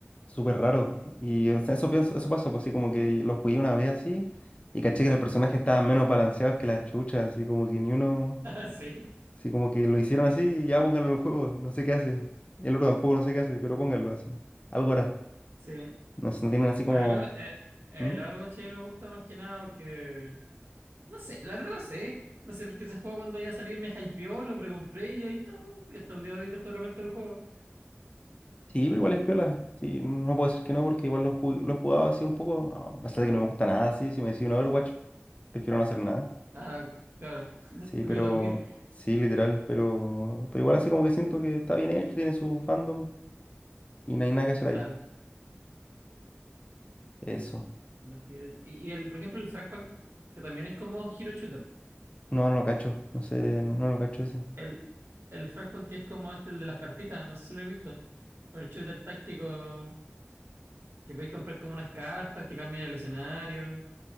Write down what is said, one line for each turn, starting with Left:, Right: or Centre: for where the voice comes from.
Left: súper raro. Y o sea, eso pienso, eso pasa, pues así como que lo jugué una vez así y caché que los personajes estaban menos balanceados que las chuchas, así como que ni uno,
Right: <laughs> sí.
Left: así como que lo hicieron así y ya pónganlo en el juego, no sé qué hace. Y el otro tampoco no sé qué hace, pero
Right: Ujú.
Left: pónganlo así. Algo hará.
Right: sí,
Left: No sé, no tienen
Right: sí.
Left: así
Right: Bueno,
Left: como...
Right: el, eh, eh,
Left: ¿Mm?
Right: el Overwatch a mí me gusta más que nada porque, no sé, la verdad no sé, no sé, porque ese juego cuando iba a salir me hypeó, lo precompré y ahí está, y hasta el día de hoy dejo de repente el juego.
Left: Sí, pero igual es piola. Sí, no puedo decir que no porque igual lo, ju- lo he jugado así un poco, a pesar de que no me gusta nada así, si me decís un Overwatch, prefiero no hacer nada.
Right: Ah, claro. <laughs>
Left: Sí,
Right: Voy
Left: pero
Right: a dormir.
Left: sí, literal, pero, pero igual así como que siento que está bien hecho, tiene su fandom y no hay nada que hacer ahí.
Right: Claro.
Left: Eso.
Right: Los hero- Y, y el, por ejemplo, el Fragpunk, que también es como Hero Shooter.
Left: No, no lo cacho, no sé, no, no lo cacho ese.
Right: El, el Fragpunk que es como este, el de las cartitas, no sé si lo he visto. O el shooter táctico, que podéis comprar como unas cartas que cambian el escenario. <laughs>